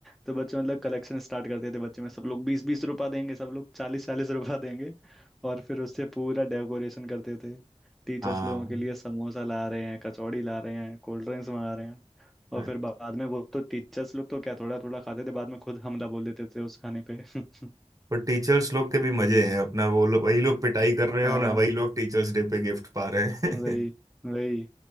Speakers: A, in the centre; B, on the right.
A: तो बच्चे मतलब कलेक्शन स्टार्ट करते थे बच्चे में सब लोग बीस बीस रुपया देंगे सब लोग चालीस चालीस रुपया देंगे और फिर उससे पूरा डेकोरेशन करते थे टीचर्स
B: हाँ
A: लोगों के लिए समोसा ला रहे हैं कचौड़ी ला रहे हैं कोल्ड ड्रिंक्स मंगा रहे हैं और
B: हाँ,
A: फिर बाद में वो तो टीचर्स लोग तो क्या थोड़ा थोड़ा खाते थे बाद में खुद हमला बोल देते थे उस खाने पे <laughs>
B: पर टीचर्स लोग के भी मजे हैं अपना वो लोग वही लोग पिटाई कर रहे हैं
A: हाँ
B: और वही लोग टीचर्स डे पे गिफ्ट पा रहे
A: वही
B: हैं
A: वही